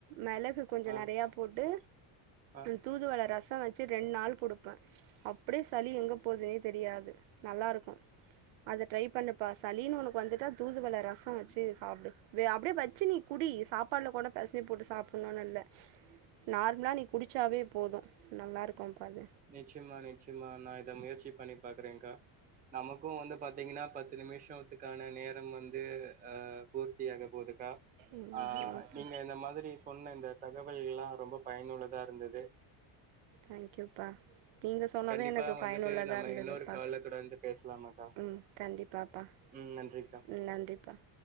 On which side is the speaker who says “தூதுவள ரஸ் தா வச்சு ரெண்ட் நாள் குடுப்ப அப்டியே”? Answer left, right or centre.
Right